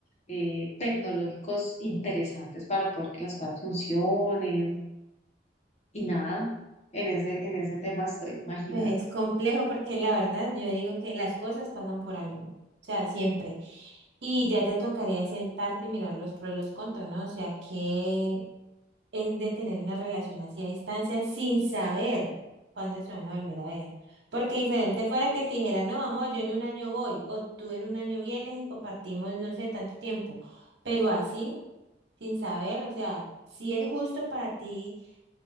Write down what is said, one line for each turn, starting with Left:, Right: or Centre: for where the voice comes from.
Left: eh, tecnológicos interesantes para poder que las cosas funcionen y nada, en ese, en ese tema estoy, imagínate.
Right: Pues es complejo porque la verdad yo digo que las cosas pasan por algo, o sea, siempre. Y ya te tocaría sentarte y mirar los pros y los contras, ¿no? O sea, que es de tener una relación así a distancia sin saber cuándo se van a volver a ver. Porque diferente fuera que te dijera, no, vamos, yo en un año voy, o tú en un año vienes y compartimos, no sé, tanto tiempo. Pero así, sin saber, o sea, si es justo para ti